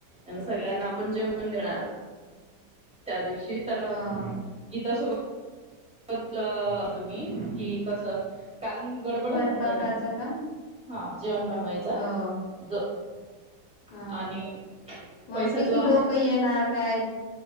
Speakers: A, in the centre; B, on the left.
A: आणि सगळ्यांना आपण जेवण देणार. त्या दिवशी तर
B: हो
A: गीतासोबत अपलं तुम्ही कि कसं, कारण गडबड
B: स्वयंपाकाचं
A: होऊन जाईल.
B: का?
A: हा जेवण बनवाय
B: हो.
A: <inaudible>
B: हं.
A: आणि
B: मग
A: पैसा
B: किती
A: जो आहे
B: लोक येणार काय?